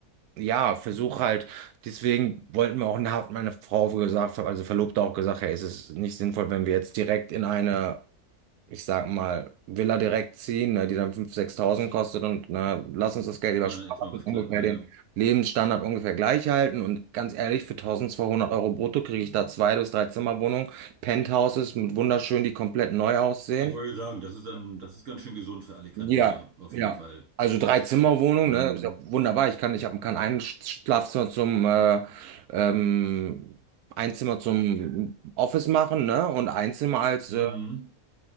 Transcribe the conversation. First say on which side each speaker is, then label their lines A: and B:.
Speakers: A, on the right; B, on the right.
A: ja, versuche halt, Deswegen wollten wir auch, hat meine Frau gesagt, also Verlobte auch gesagt, hey, es ist nicht sinnvoll, wenn wir jetzt direkt in eine ich sag mal, Villa direkt ziehen, ne, die dann 5.000, 6.000 kostet und ne, lass uns das Geld lieber
B: sondern
A: sparen
B: erstmal
A: lassen,
B: was
A: ungefähr
B: klein, ja,
A: den
B: ne?
A: Lebensstandard ungefähr gleich halten. Und ganz ehrlich, für 1.200 Euro brutto kriege ich da zwei bis drei Zimmerwohnungen, Penthouses mit wunderschön, die komplett neu aussehen.
B: Ich wollte sagen, das ist dann, das ist ganz schön gesund für Alicante,
A: Ja,
B: ja, auf
A: ja.
B: jeden Fall.
A: Also Drei-Zimmer-Wohnung,
B: Mhm.
A: ne? Ist ja wunderbar. Ich kann, ich habe kann ein Sch- Schlafzimmer zum äh, ähm, ein Zimmer zum Office machen, ne? Und ein Zimmer als
B: Mhm.
A: äh, äh,